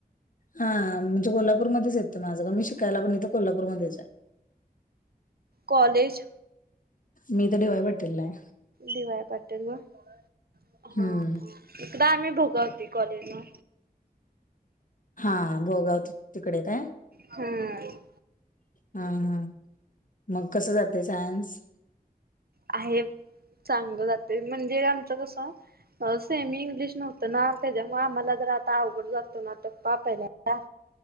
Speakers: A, on the left; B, on the right.
A: हा म्हणजे कोल्हापूरमध्येच येतं माझं मी शिकायला पण इथ कोल्हापूरमध्येच आहे.
B: कॉलेज?
A: मी इथं डी वाय पाटीललाय.
B: डी वाय पाटील होय हा हा.
A: हम्म
B: इकडं आम्ही भोगावती कॉलेजला.
A: हा भोगावती तिकडे काय?
B: हम्म.
A: हा हा मग कसं जातंय सायन्स?
B: आहे चांगलं जातंय म्हणजे आमचं कसं अह सेमी इंग्लिश नव्हतं ना त्याच्यामुळं आम्हाला जरा आता अवघड जातो ना आता पा पहिल्यांदा